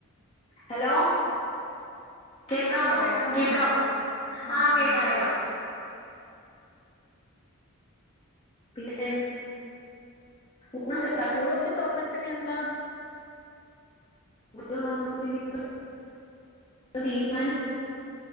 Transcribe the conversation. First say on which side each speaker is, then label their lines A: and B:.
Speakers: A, on the left (about 25°); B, on the left (about 45°).
A: ഹലോ കേക്കാമോ
B: ഇപ്പൊ കേക്കാമോ
A: കേക്കാവോ
B: ആ
A: ആഹ്
B: ആ
A: കേക്കാം
B: ഇപ്പൊ
A: കേക്കാം പിന്നെ ഊണൊക്കെ
B: സ്കൂളൊക്കെ തുറന്നിട്ടിന് എന്താ
A: <unintelligible> തീരുമാനിച്ച